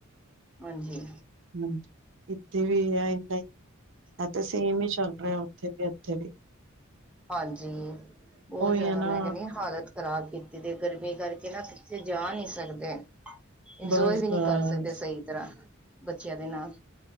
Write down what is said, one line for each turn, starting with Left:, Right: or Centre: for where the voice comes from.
Centre: ਹਾਂਜੀ।
Right: ਹਾਂਜੀ ਇੱਥੇ। ਇੱਥੇ ਵੀ ਹੈ ਇੰਨਾ ਹੀ ਹੈ ਇੰਨਾ ਹੀ ਸੇਮ ਹੀ ਚੱਲ ਰਹੇ ਆ, ਉੱਥੇ ਵੀ ਇੱਥੇ ਵੀ।
Centre: ਹਾਂਜੀ ਬਹੁਤ
Right: ਉਹੀ
Centre: ਜ਼ਿਆਦਾ
Right: ਹੈ ਨਾ,
Centre: ਮੈਂ ਕਹਿੰਦੀ ਹਾਂ ਹਾਲਤ ਖ਼ਰਾਬ। ਇੱਕ ਤੇ ਗਰਮੀ ਕਰਕੇ ਨਾ, ਕਿੱਤੇ ਜਾ ਨਹੀਂ ਸਕਦੇ। ਇੰਜੋਏ
Right: ਬਸ-ਬਸ।
Centre: ਵੀ ਨਹੀਂ ਕਰ ਸਕਦੇ ਸਹੀ ਤਰ੍ਹਾਂ, ਬੱਚਿਆਂ ਦੇ ਨਾਲ।